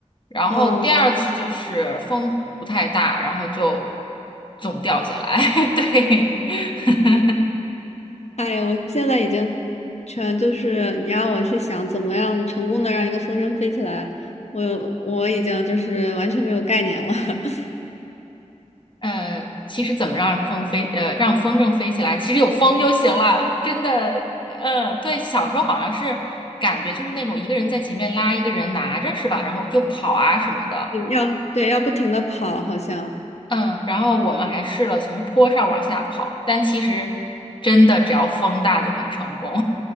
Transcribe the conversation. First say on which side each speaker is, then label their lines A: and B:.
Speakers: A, on the left; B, on the left.
A: 然后第二次就是风不太大，
B: 哦。
A: 然后就总掉下来，<laughs> 对。<laughs>
B: 哎呀，我现在已经全就是你让我去想怎么样成功的让一个风筝飞起来，我我已经就是完全没有概念了，<laughs>
A: 嗯呃，其实怎么让风飞，呃，让风筝飞起来，其实有风就行了，真的，嗯，对，小时候好像是感觉就是那种一个人在前面拉，一个人拿着，是吧？然后就跑啊什么的，
B: 要对要不停的跑，好像。
A: 嗯，然后我们还试了从坡上往下跑，但其实真的只要风大就很成功。